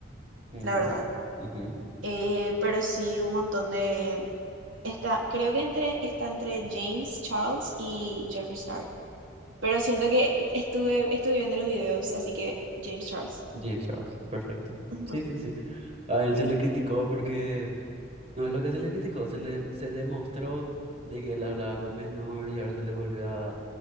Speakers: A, on the right; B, on the right.
A: Ujú,
B: la verdad.
A: ujú.
B: Eh, pero sí un montón de... Está, creo que entre, está entre James Charles y Jeffree Star. Pero siento que estuve, estuve viendo los videos, así que James Charles.
A: James Charles, perfecto.
B: Ujú.
A: Sí, sí, sí. A él se le criticó porque, no es lo que se le criticó, se le se demostró de que él hablaba con menores y ahora se le volvió a,